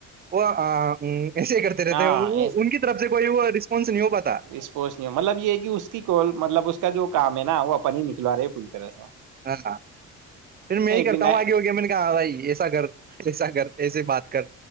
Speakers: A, on the right; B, on the right.
A: وہ آ ہ تو ایسے ہی کرتے رہتے
B: ہاں
A: ہیں وہ ان کی طرف سے کوئی وہ رسپانس نہیں ہو پاتا
B: اسپوس نہیں مطلب یہ کہ اس کی کو مطلب اس کا جو کام نا وہ اپپ نہیں نکلو رہے پورلی طر سےوں
A: ہاں پھر میں ہی کرتا
B: دن
A: ہوں آگے ہوگیا میں نے کہا بھائی ایسا کر ایسا کر ایسے بات کر